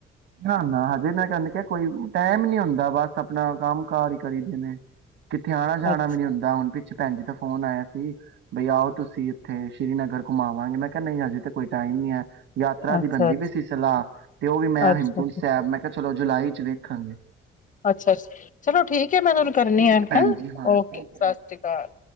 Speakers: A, on the right; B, on the left.
A: ਨਾ ਨਾ ਹਜੇ ਮੈਂ ਕਹ ਕਿਹਾ ਕੋਈ, ਟਾਈਮ ਨੀ ਹੁੰਦਾ ਬਸ ਆਪਣਾ ਕੰਮ ਕਾਰ ਹੀ ਕਰੀ ਦੇ ਨੇ, ਕਿੱਥੇ ਆਣਾ ਜਾਣਾ
B: ਅੱਛਾ
A: ਵੀ ਨੀ ਹੁੰਦਾ ਹੁਣ ਅੱਛਾ ਭੈਣ ਜੀ ਤਾਂ ਫੋਨ ਆਇਆ ਸੀ, ਬਈ ਆਓ ਤੁਸੀਂ ਇੱਥੇ ਸ੍ਰੀ ਨਗਰ ਘੁੰਮਾਵਾਂਗੀ ਮੈਂ ਕਿਹਾ ਨਹੀਂ ਹਜੇ ਤਾਂ ਕੋਈ ਟਾਈਮ ਨੀ ਹੈ। ਯਾਤਰਾ ਦੀ
B: ਅੱਛਾ
A: ਬਣਦੀ
B: ਅੱਛਾ
A: ਵੀ ਸੀ ਸਲਾਹ ਤੇ ਉਹ ਵੀ ਮੈਂ
B: ਅੱਛਾ
A: ਹੇਮਕੁੰਟ ਸਾਹਿਬ ਮੈਂ ਕਿਹਾ ਚਲੋ ਜੁਲਾਈ ਦੇਖਾਂਗੇ।
B: ਅੱਛਾ ਅੱਛਾ ਚਲੋ ਠੀਕ, ਐ ਮੈਂ ਇਨਾ ਨੂੰ ਕਰਨੀ
A: ਠੀਕ
B: ਆ
A: ਹੈ ਭੈਣ ਜੀ ਹਾਂ
B: ਓਕੇ
A: ਠੀਕ
B: ਸਤਿ
A: ਹੈ
B: ਸ਼੍ਰੀ ਅਕਾਲ,